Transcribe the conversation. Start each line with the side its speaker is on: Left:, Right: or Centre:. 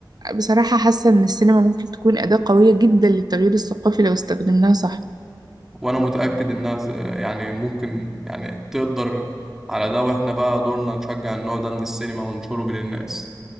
Right: بصراحة حاسة إن السينما ممكن تكون أداة قوية جدا للتغيير الثقافي لو استخدمناها صح
Centre: وانا متأكد انها ت- يعني ممكن يعني تقدر على ده واحنا بقى دورنا نشجع النوع ده من السينما وننشره بين الناس